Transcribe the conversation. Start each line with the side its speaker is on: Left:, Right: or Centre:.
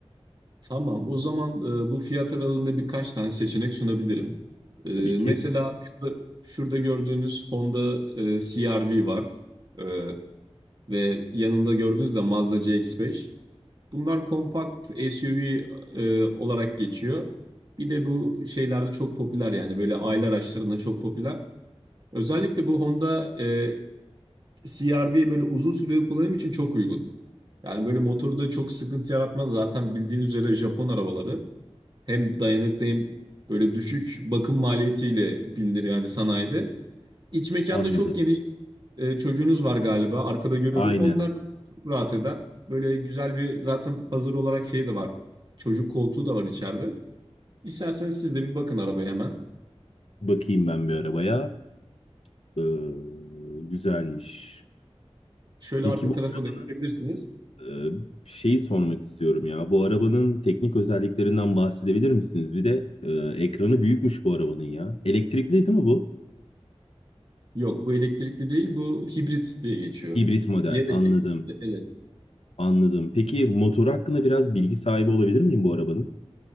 Right: Tamam, o zaman e, bu fiyat aralığında birkaç tane seçenek sunabilirim. E,
Left: Tabii ki.
Right: mesela şurada, şurada gördüğünüz Honda e, CR-V var E, ve yanında gördüğünüz de Mazda CX-5. Bunlar kompakt SUV e, olarak geçiyor. Bir de bu şeylerde çok popüler yani böyle aile araçlarında çok popüler. Özellikle bu Honda e, CR-V böyle uzun süreli kullanım için çok uygun. Yani böyle motorda çok sıkıntı yaratmaz zaten bildiğiniz üzere Japon arabaları. Hem dayanıklı hem böyle düşük bakım maliyetiyle bilinir yani sanayide. İç mekanda
Left: Anladım.
Right: çok geniş. E, çocuğunuz var galiba. Arkada görüyorum.
Left: Aynen.
Right: Onlar çok rahat eder. Böyle güzel bir zaten hazır olarak şey de var. Çocuk koltuğu da var içeride. İsterseniz siz de bir bakın arabaya hemen.
Left: Bakayım ben bir arabaya. Ee, güzelmiş.
Right: Şöyle
Left: Peki
Right: arka
Left: bu
Right: tarafa
Left: arabanın
Right: da geçebilirsiniz.
Left: e, şeyi sormak istiyorum ya. Bu arabanın teknik özelliklerinden bahsedebilir misiniz? Bir de e, ekranı büyükmüş bu arabanın ya. Elektrikli değil mi bu?
Right: Yok bu elektrikli değil bu hibrit diye geçiyor.
Left: Hibrit model.
Right: Ya da
Left: Anladım.
Right: elektrikli evet.
Left: Anladım. Peki motor hakkında biraz bilgi sahibi olabilir miyim bu arabanın?